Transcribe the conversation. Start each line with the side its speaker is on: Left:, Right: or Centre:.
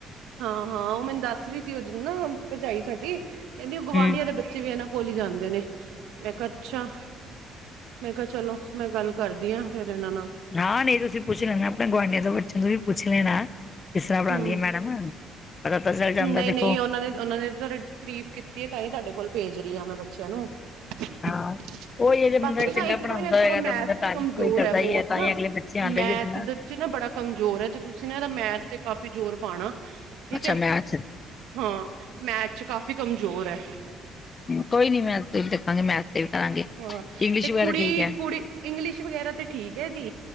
Right: ਹਾਂ-ਹਾਂ ਉਹ ਮੈਨੂੰ ਦੱਸ ਰਹੀ ਸੀ ਉਹ ਨਾ ਭਰਜਾਈ ਸਾਡੀ ਕਹਿੰਦੀ ਉਹ ਗੁਆਂਢੀਆਂ
Left: ਹਮ
Right: ਦੇ ਬੱਚੇ ਵੀ ਇਹਨਾਂ ਕੋਲ ਹੀ ਜਾਂਦੇ ਨੇ। ਮੈਂ ਕਿਹਾ ਅੱਛਾ, ਮੈਂ ਕਿਹਾ ਚਲੋ ਮੈਂ ਗੱਲ ਕਰਦੀ ਹਾਂ ਫਿਰ ਇਹਨਾਂ ਨਾਲ
Left: ਹਾਂ, ਨਹੀਂ ਤੁਸੀਂ ਪੁੱਛ ਲੈਣਾ ਆਪਣੇ ਗੁਆਂਢੀਆਂ ਦੇ ਬੱਚੇ ਤੋਂ ਵੀ ਪੁੱਛ ਲੈਣਾ ਕਿਸ ਤਰ੍ਹਾਂ ਪੜਾਉਂਦੀ
Right: ਹਮ
Left: ਆ ਮੈਡਮ ਪਤਾ ਤਾਂ ਚੱਲ ਜਾਂਦਾ
Right: ਨਹੀਂ-
Left: ਦੇਖੋ
Right: ਨਹੀਂ ਉਹਨਾਂ ਨੇ ਉਹਨਾਂ ਨੇ ਤੁ ਤਾਰੀਫ਼ ਕੀਤੀ ਹੈ। ਤਾਂਹੀ ਤੁਹਾਡੇ ਕੋਲ ਭੇਜ ਰਹੀ ਆ, ਮੈਂ ਬੱਚਿਆਂ ਨੂੰ। <unintelligible>
Left: ਹਾਂ ਉਹੀ ਜੇ
Right: ਬਾਕੀ
Left: ਬੰਦਾ ਚੰਗਾ
Right: ਤਾਂ ਇੱਕ
Left: ਬਣਾਉਂਦਾ
Right: ਨਾ ਐ ਥੋੜਾ
Left: ਹੋਏਗਾ ਤਾਂ
Right: ਮੈਥ
Left: ਬੰਦਾ
Right: ਚ
Left: ਤਾਰੀਫ਼
Right: ਕਮਜ਼ੋਰ
Left: ਕੋਈ ਕਰਦਾ
Right: ਹੈ
Left: ਹੀ
Right: ਬਹੁਤ
Left: ਤਾਂ
Right: ਨਾ।
Left: ਹੀ ਅਗਲੇ ਬੱਚੇ ਆਉਂਦੇ
Right: ਮੈਥ
Left: ਜੇ ਬੰਦਾ
Right: ਚ- 'ਚ ਨਾ ਬੜਾ ਕਮਜ਼ੋਰ ਹੈ ਤੇ ਤੁਸੀਂ ਨਾ ਇਹਦਾ ਮੈਥ ਤੇ ਕਾਫ਼ੀ ਜ਼ੋਰ ਪਾਉਣਾ ਠੀਕ
Left: ਅੱਛਾ
Right: ਹੈ
Left: ਮੈਂ।
Right: ਹਾਂ ਮੈਥ 'ਚ ਕਾਫੀ ਕਮਜ਼ੋਰ ਹੈ
Left: ਕੋਈ ਨੀ ਮੈਂ, ਦੇਖਾਂਗੀ ਮੈ। ਇਹ ਵੀ ਕਰਾਂਗੇ।
Right: ਹਾਂ
Left: ਇੰਗਲਿਸ਼
Right: ਤੇ
Left: ਵਗੈਰਾ
Right: ਕੁੜੀ-
Left: ਠੀਕ ਹੈ
Right: ਕੁੜੀ ਇੰਗਲਿਸ਼ ਵਗੈਰਾ ਤੇ ਠੀਕ ਹੈ ਐਦੀ